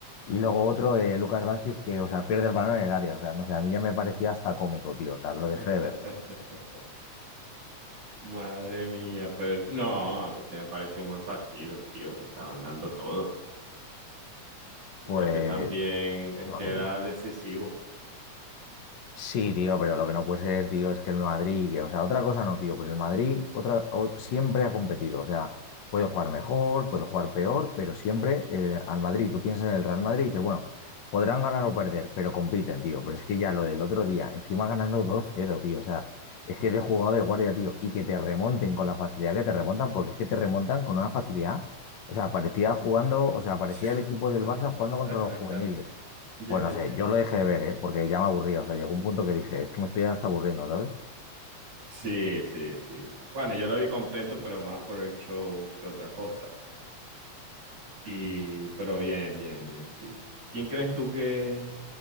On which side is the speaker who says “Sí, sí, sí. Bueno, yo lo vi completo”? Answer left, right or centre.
Right